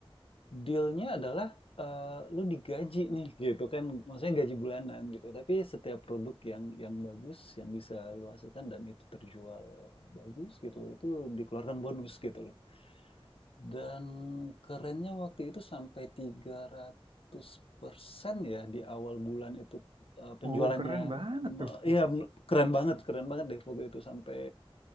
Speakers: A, on the left; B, on the right.
A: dealnya adalah, eee, lu digaji nih gitu kan, maksudnya gaji bulanan gitu. Tapi setiap produk yang yang bagus, yang bisa lu hasilkan dan itu terjual bagus gitu, itu dikeluarkan bonus gitu loh. Dan kerennya waktu itu sampai tiga ratus persen ya di awal bulan itu, eee, penjualannya,
B: oh keren banget
A: Mhm.
B: tuh.
A: mmm, iya,
B: Ih, Mas.
A: uh, keren banget keren banget deh waktu itu sampai